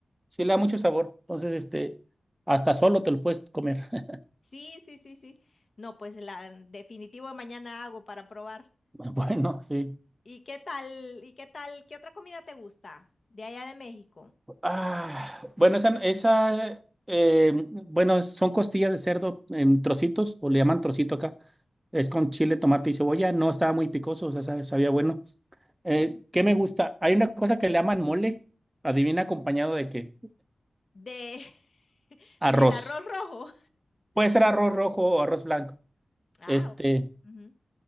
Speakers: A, on the right (about 15°); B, on the left (about 60°).
A: Sí le da mucho sabor. Entonces, este, hasta solo te lo puedes comer. <laughs>
B: Sí, sí, sí, sí. No, pues la definitivo mañana hago para probar.
A: Bueno, sí.
B: ¿Y qué tal? ¿Y qué tal? ¿Qué otra comida te gusta de allá de México?
A: Ah, bueno, esa, esa eh, bueno, son costillas de cerdo en trocitos, o le llaman trocito acá. Es con chile, tomate y cebolla. No estaba muy picoso, o sea, sa- sabía bueno. Eh, ¿qué me gusta? Hay una cosa que le llaman mole. Adivina acompañado de qué.
B: De <laughs>
A: Arroz.
B: del arroz rojo.
A: Puede ser arroz rojo o arroz blanco.
B: Ah,
A: Este,
B: ok. ujú.